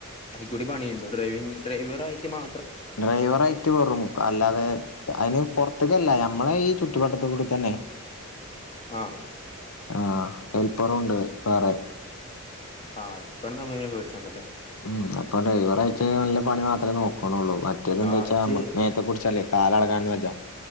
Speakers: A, on the left; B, on the left.
A: അയിക്കൂടി പണിയുണ്ടോ ഡ്രൈവിങ് ഡ്രൈവർ ആയി മാ
B: ഡ്രൈവർ ആയിട്ട് കൊറും അല്ലാതെ അതിന് പുറത്തക്കല്ല ഞമ്മളെ ഈ ചുറ്റപട്ടത്തെ കൂടി തന്നെ
A: ആഹ്
B: ആഹ് ഹേൽപ്പറുണ്ട് വേറെ
A: ആ ഇപ്പ എന്താ മീനെ പേടിച്ചണ്ടല്ലേ
B: ഉം അപ്പൊ ഒരാഴ്ചല്ല പണി മാത്രമേ നോക്കണള്ളൂ മറ്റേതെന്താ
A: ആഹ്
B: വെച്ച
A: ഇജ്ജ്
B: നമ്മ മനേത്തെ കുറിച്ചല്ലേ കാല അളകാൻന്ന് വെച്ചാ